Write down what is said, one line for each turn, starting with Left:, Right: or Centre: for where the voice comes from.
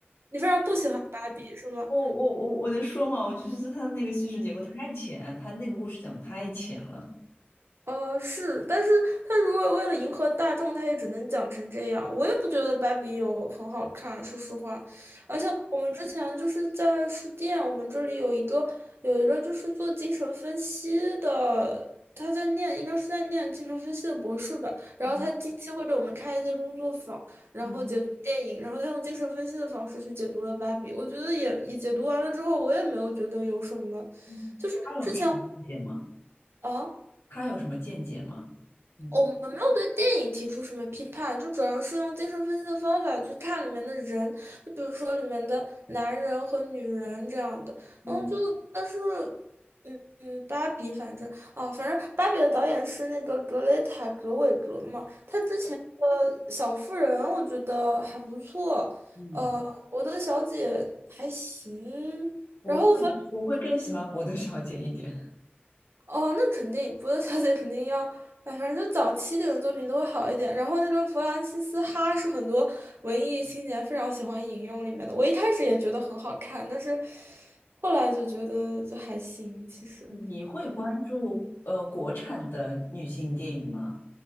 Right: 你非常不喜欢芭比是吗？
Left: 我我我我能说吗？我就是他那个叙事结构太浅，他那个故事讲的太浅了。
Right: 呃，是，但是他如果为了迎合大众，他也只能讲成这样。我也不觉得芭比有很好看，说实话。而且我们之前就是在书店，我们这里有一个有一个就是做精神分析的，他在念，应该是在念精神分析的博士吧。然后他近期会给我们开一些工作坊，
Left: 嗯
Right: 然后解读电影，
Left: 嗯
Right: 然后他用精神分析的方式去解读了芭比。我觉得也也解读完了之后，我也没有觉得有什么。
Left: 嗯，他有什么细节吗？
Right: 之前啊。
Left: 他有什么见解吗？嗯
Right: 哦我们没有对电影提出什么批判，就主要是用精神分析的方法去看里面的人，就比如说里面的男人和女人这样的。
Left: 嗯
Right: 然后就但是，嗯嗯，芭比反正啊，反正芭比的导演是那个格雷塔·格韦格嘛。呃，小妇人我觉得还不错，
Left: 嗯
Right: 呃，我的小姐还行。
Left: 我会我会更喜欢博德小姐一点。
Right: 然后反。哦，那肯定，波德小姐肯定要，哎，反正就早期点的作品都会好一点。然后那个弗兰西斯哈是很多文艺青年非常喜欢引用里面的，我一开始也觉得很好看，但是后来就觉得就还行。其实
Left: 你会关注呃国产的女性电影吗？